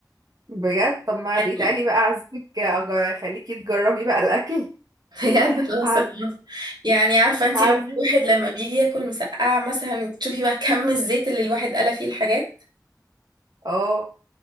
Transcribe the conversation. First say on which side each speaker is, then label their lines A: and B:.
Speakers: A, on the right; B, on the right.
A: بجد طب ما
B: يعني
A: بقيت علي بقى اعزمك أج- اخليكي تجربي بقى الاكل
B: <laughs> بجد
A: <laughs>
B: خلاص
A: عزمك
B: انا عارفة. يعني عارفة انتي
A: عارفه
B: مثلا الواحد لما بيجي ياكل مسقعة مثلا تشوفي بقى كم الزيت اللي الواحد قلى فيه الحاجات
A: اه